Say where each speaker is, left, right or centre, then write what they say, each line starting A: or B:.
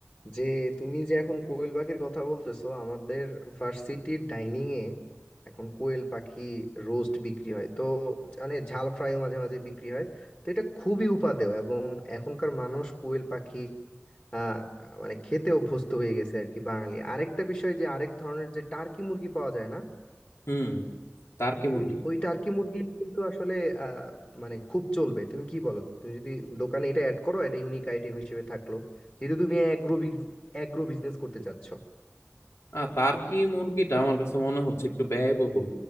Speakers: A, on the left; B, on the left.
A: যে তুমি যে এখন কোয়েল পাখির কথা বলতেছো আমাদের ভার্সিটির ডাইনিং এ এখন কোয়েল পাখি রোস্ট বিক্রি হয় তো মানে ঝাল ফ্রাইও মাঝে মাঝে বিক্রি হয় তো এটা খুবই উপাদেয় এবং এখনকার মানুষ কোয়েল পাখি আহ মানে খেতে অভ্যস্ত হয়ে গেছে আর কি বাঙালি আরেকটা বিষয় যে আরেক ধরনের যে টার্কি মুরগি পাওয়া যায় না
B: হুম টার্কি মুরগি
A: ওই ওই টার্কি মুরগি কিন্তু আসলে আহ, মানে খুব চলবে তুমি কি বলো তুমি যদি দোকানে এটা অ্যাড করো এটা ইউনিক আইটেম হিসেবে থাকলো যেহেতু তুমি অ্যাগ্রো অ্যাগ্রো বিজনেস করতে চাচ্ছ
B: আর টার্কি মুরগিটা আমার কাছে মনে হচ্ছে একটু ব্যয়বহুল